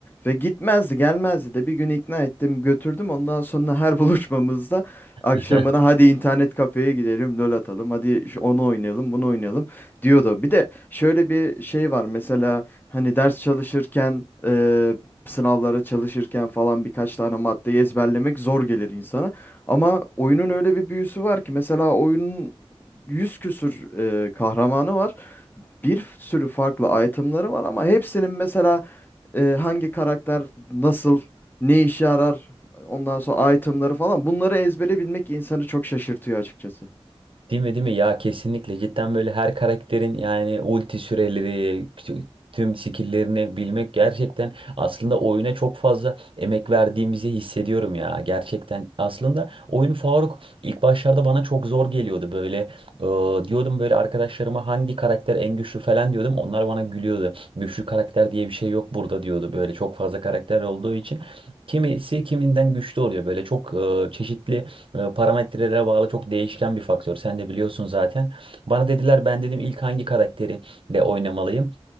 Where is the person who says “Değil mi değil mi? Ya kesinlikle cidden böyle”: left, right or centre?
Right